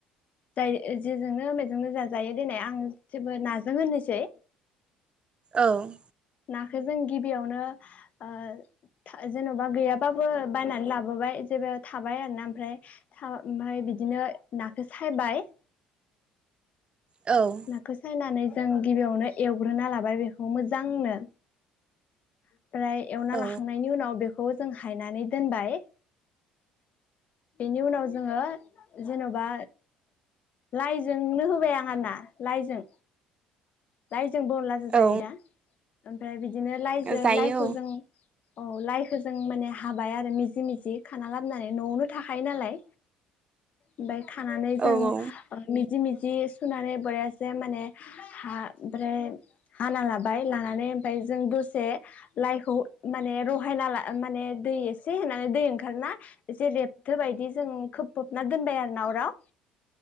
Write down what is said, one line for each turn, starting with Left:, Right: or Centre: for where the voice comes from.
Left: जाय जेजोंनो मेजोंनो जाजायो दिनाय आं जेबो नाजों होननोसै।
Right: औ
Left: नाखौ जों गिबियावनो ओ जेन'बा गैयाबाबो बायनानै लाबोबाय जेबो थाबाय आरोना ओमफ्राय ओमफ्राय बिदिनो नाखौ सायबाय
Right: औ
Left: नाखौ सायनानै जों गिबियावनो एवग्रोना लाबाय बेखौ मोजांनो ओमफ्राय एवना
Right: औ
Left: लाखांनायनि उनाव बे खौ जों हायनानै दोनबाय। बेनि उनाव जोंङो जेन'बा लाइजोंनो होबाय आं आरो ना लाइजों लाइ जोंबो अनलाजो जायो
Right: औ
Left: दा? ओमफ्राय बिद बिदिनो लाइजों
Right: जायो
Left: लाइखौ जों औ लाइखौ जों माने हाबाय आरो मिजि मिजि खाना लाबानै न'आवनो थाखायो नालाय ओमफ्राय खानानै जों
Right: औ औ
Left: मिजि मिजि जि सुनानै बरियासे माने हा ओमफ्राय हाना लाबाय लानानै ओमफ्राय जों दसे लाइखौ माने रहायना ला माने दै एसे होनानै दै ओंखारोना एसे रेब गोबायदि जों खोबफबना दोनबाय आरो ना अराव।